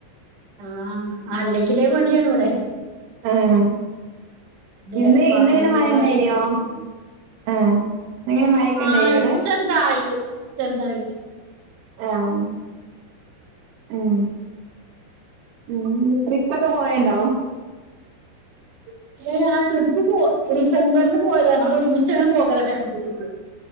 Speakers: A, on the right; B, on the right.
A: ആഹ് അല്ലെങ്കിലേ മടിയാണ് ഇവിടെ
B: ആഹ്
A: ന്റെ
B: ഇന്ന്
A: ബാത്റൂം
B: ഇന്നെങ്ങനെ മഴ
A: പോകാൻ
B: ഉണ്ടായിനോ
A: പല്ല് തേക്കാൻ
B: ആഹ് അങ്ങനെ മഴയൊക്കെ
A: ആഹ്
B: ഇണ്ടായിനോ അവിടെ
A: ചെർതായിട്ട് ചെർതായിട്ട്
B: ആഹ് ഉം ഉം ട്രിപ്പൊക്കെ പോയൊണ്ടോ <inaudible>
A: <unintelligible> ആഹ് ട്രിപ്പ് പോ ഡിസംബറിൽ പോയതാ ഞങ്ങൾ ഒരുമിച്ച അങ്ങനെ പോകല ഫാമിലി ടൂറ്